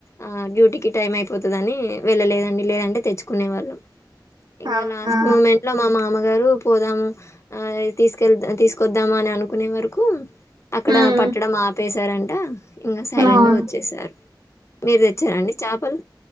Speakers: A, on the left; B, on the right.
A: ఆ డ్యూటీకి టైం అయిపోతదని వెళ్ళలేదండి లేదంటే తెచ్చుకునే వాళ్ళం. ఇంగ
B: అవునా
A: లాస్ట్ మూమెంట్ లో మా అమ్మ అమ్మగారు పోదామ్ ఆయ్ తీసుకెల్దా తీసుకొద్దామని అనుకునే వరకు అక్కడ
B: హ్మ్
A: పట్టడం ఆపేశారంట. ఆ ఇంగ సైలెంట్
B: అవును
A: గా వచ్చేసారు. మీరు తెచ్చారండి చేపలు